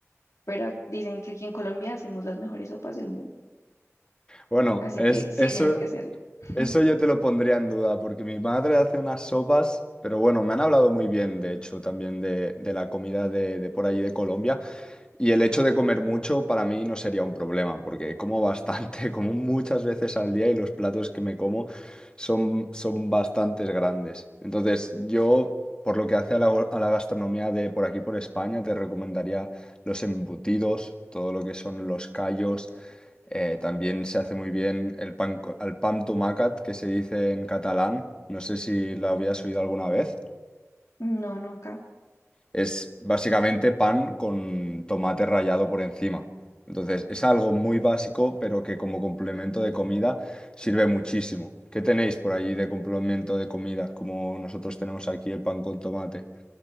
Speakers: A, on the left (about 80°); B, on the left (about 15°).
A: pero ac- dicen que aquí en Colombia hacemos las mejores sopas del mundo,
B: Bueno,
A: así
B: es
A: que sí,
B: eso.
A: tienes que hacerlo. <laughs>
B: Eso yo te lo pondría en duda, porque mi madre hace unas sopas, pero bueno, me han hablado muy bien, de hecho, también de, de la comida de, de por allí de Colombia, y el hecho de comer mucho para mí no sería un problema, porque como bastante, <laughs> como muchas veces al día y los platos que me como son, son bastantes grandes. Entonces, yo, por lo que hace a la, go- a la gastronomía de por aquí, por España, te recomendaría los embutidos, todo lo que son los callos. Eh, también se hace muy bien el pan, co- al pan tomacat, que se dice en catalán. No sé si lo habías oído alguna vez.
A: No, nunca.
B: Es básicamente pan con tomate rallado por encima. Entonces, es algo muy básico, pero que como complemento de comida sirve muchísimo. ¿Qué tenéis por allí de complemento de comida, como nosotros tenemos aquí el pan con tomate?